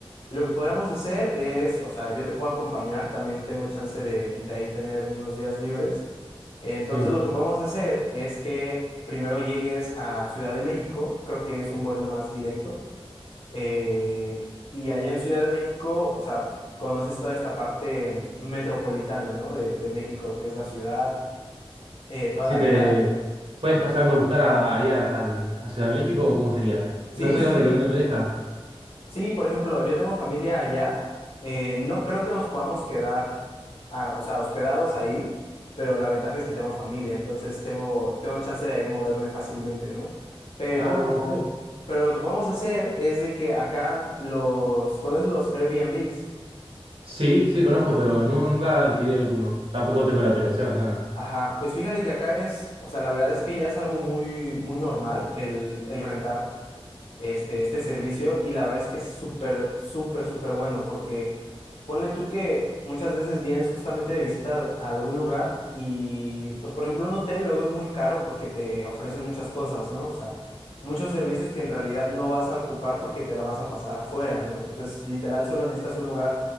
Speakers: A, on the left; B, on the right.
A: lo que podríamos hacer es, o sea, yo te puedo acompañar, también tengo chance de, de ahí tener unos días libres. Entonces
B: Sí.
A: lo que podemos hacer es que primero llegues a Ciudad de México, creo que es un vuelo más directo. Eh, y allá en Ciudad de México, o sea, conoces toda esta parte mm, metropolitana, ¿no? De, de México, lo que es la ciudad, eh, toda
B: Si
A: la
B: te
A: vida.
B: puedes pasarme
A: Ajá.
B: a buscar a, allá al- a Ciudad de México, ¿cómo sería?
A: Sí,
B: No sé
A: sí,
B: dónde,
A: sí.
B: dónde me deja.
A: Sí, por ejemplo, yo tengo familia allá. eh, no creo que nos podamos quedar, ah, o sea, hospedados ahí, pero la ventaja es que tengo familia, entonces tengo, tengo chance de ahí moverme fácilmente, ¿no? Pero,
B: Ah, ok.
A: pero lo que podemos hacer es de que acá los, ¿cuáles los Airbnbs?
B: Sí, sí, conozco, pero no, nunca alquilé alguno. Tampoco tengo la aplicación, nada.
A: Ajá, pues fíjate que acá es, o sea, la verdad es que ya es algo muy, muy normal el, el rentar este, este servicio y la verdad es que es súper, súper, súper bueno porque Ponle tú que muchas veces vienes justamente de visita a algún lugar y, pues, por ejemplo, un hotel luego es muy caro porque te ofrecen muchas cosas, ¿no? O sea, muchos servicios que en realidad no vas a ocupar porque te la vas a pasar afuera, ¿no? Entonces, literal, solo necesitas un lugar